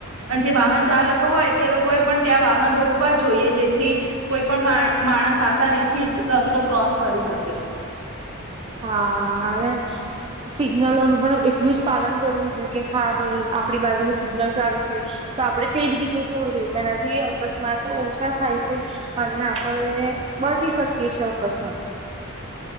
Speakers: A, on the right; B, on the right.
A: અને જે વાહન ચાલકો હોય તે લોકોએ પણ ત્યાં વાહન રોકવા જોઈએ જેથી કોઈ પણ માણ માણસ આસાનીથી જ રસ્તો ક્રોસ કરી શકે.
B: હા અને સિગ્નલોનું પણ એટલું જ પાલન કરવું જોઈએ કે હા ભાઈ આપડી બાજુ ન સિગ્નલ ચાલુ છે તો આપડે તેજ રીતે જોવ <unintelligible> તેનાથી અકસ્માતો ઓછા થાય છે અને આપણે એને બચી શકીએ છ અકસ્માત